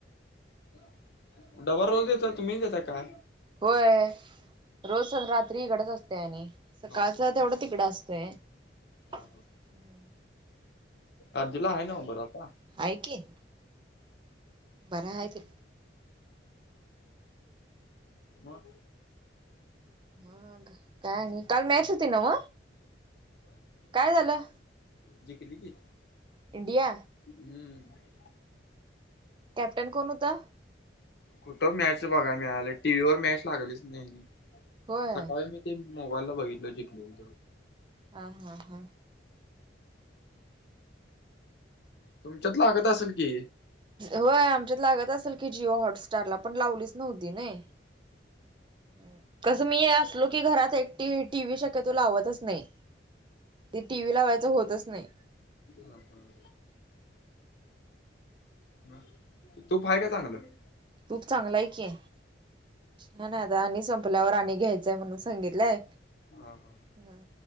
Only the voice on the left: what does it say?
हा डबा रोज देता तुम्हीच देताय काय?
हा हा
हा
हा, आजीला हाय नव्ह बरं आता?
मग
जिकली की.
हम्म
कुठं मॅच बघाय मिळाली, टी व्ही वर मॅच लागलीच नाही आणि
सकाळी मी, ती मोबायला बघितलेली जिंकलेल तेवढ.
तुमच्यांत लागतं असेल की?
हां, हां मं तूंप हांय कायं चांगलं?
हा हा